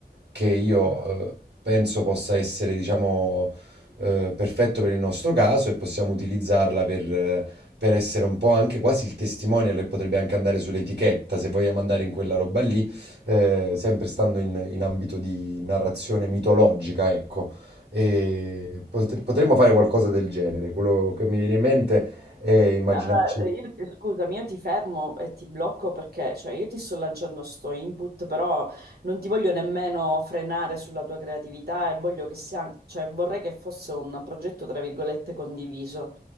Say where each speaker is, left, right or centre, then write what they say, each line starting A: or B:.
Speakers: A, on the right; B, on the right.
A: che io eh, penso possa essere, diciamo, eh, perfetto per il nostro caso e possiamo utilizzarla per, eh, per essere un po' anche quasi il testimonial e potrebbe anche andare sull'etichetta se vogliamo andare in quella roba lì, eh, sempre stando in, in ambito di narrazione mitologica, ecco. E potre- potremmo fare qualcosa del genere. Quello che mi viene in mente è immaginarci.
B: Allora, io, scusami, io ti fermo e ti blocco perché, cioè, io ti sto lanciando sto input, però non ti voglio nemmeno frenare sulla tua creatività e voglio che sia, cioè, vorrei che fosse un progetto, tra virgolette, condiviso.